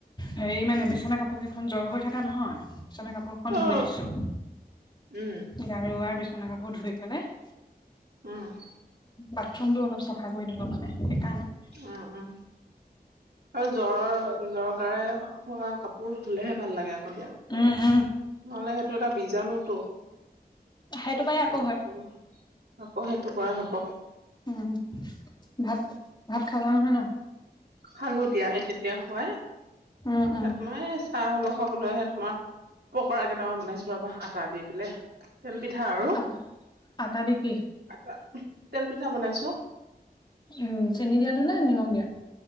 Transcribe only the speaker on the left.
হেৰী মানে বিচনা কাপোৰ কেইখন জ্বৰ হৈ থাকা নহয়‌, বিচনা কাপোৰ খন
ধুই দিছোঁ।
গাৰু আৰু বিচনা কাপোৰ ধুই পেলাই
বাথৰুম টো অলপ চাফা কৰি দিলোঁ মানে সেইকাৰণে।
উম উম
সেইটো পাই আকৌ হয়
উম, ভাত ভাত খালা নহয় ন?
উম উম
আ আটা নেকি?
উম, চেনি দিয়াটো নে নিমখ দিয়াত